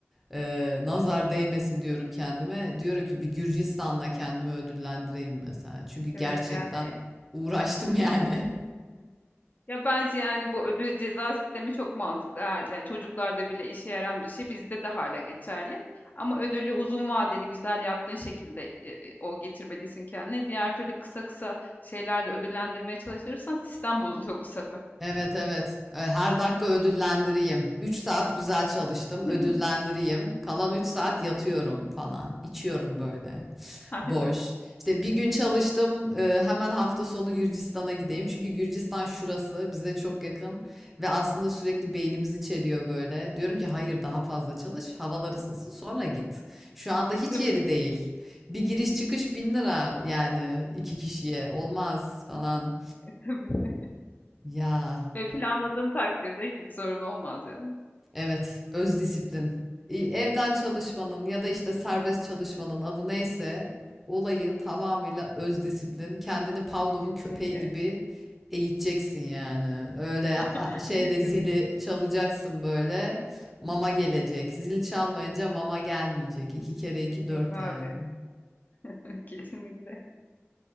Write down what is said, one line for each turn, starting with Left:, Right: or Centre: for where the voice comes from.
Centre: Ee, nazar değmesin diyorum kendime. Diyorum ki bir Gürcistan'la kendimi ödüllendireyim mesela. Çünkü gerçekten
Left: evet yani
Centre: uğraştım yani. <laughs>
Left: Ya bence yani bu ödül ceza sistemi çok mantıklı. Her, yani çocuklarda bile işe yarayan bir şey bizde de hala geçerli. Ama ödülü uzun vadeli güzel yaptığın şekilde e, e, o getirmelisin kendine. Diğer türlü kısa kısa şeylerde ödüllendirmeye çalışırsan sistem bozuluyor bu sefer.
Centre: Evet evet. E, Her dakika ödüllendireyim. 3 saat güzel çalıştım, ödüllendireyim.
Left: <laughs>
Centre: Kalan 3 saat yatıyorum falan. İçiyorum böyle.
Left: Aynen,
Centre: Boş. İşte bir gün çalıştım. e, Hemen hafta sonu Gürcistan'a gideyim. Çünkü Gürcistan şurası bize çok yakın ve aslında sürekli beynimizi çeliyor böyle. Diyorum ki hayır daha fazla çalış. Havalar ısınsın sonra git. Şu anda hiç
Left: değil
Centre: yeri
Left: mi?
Centre: değil. Bir giriş çıkış bin lira yani iki kişiye olmaz falan.
Left: Tabii.
Centre: Ya.
Left: Ve planladığın takdirde hiçbir sorun olmaz ya.
Centre: Evet, öz disiplin. İ- Evden çalışmanın ya da işte serbest çalışmanın adı neyse olayı tamamıyla öz disiplin. Kendini Pavlov'un
Left: Kesinlikle.
Centre: köpeği gibi eğiteceksin yani. Öyle a-
Left: <laughs>
Centre: şeyde
Left: Kesinlikle.
Centre: zili çalacaksın böyle mama gelecek. Zil çalmayınca mama gelmeyecek. İki kere iki dört
Left: Yok
Centre: yani.
Left: abi. <laughs> Kesinlikle.